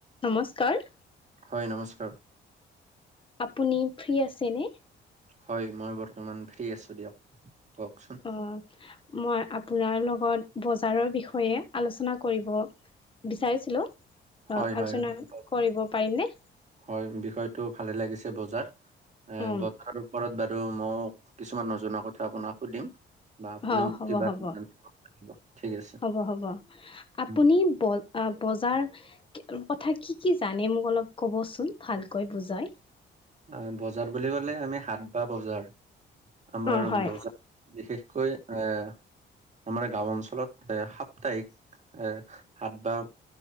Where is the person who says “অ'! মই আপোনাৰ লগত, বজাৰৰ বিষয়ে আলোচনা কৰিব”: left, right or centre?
Left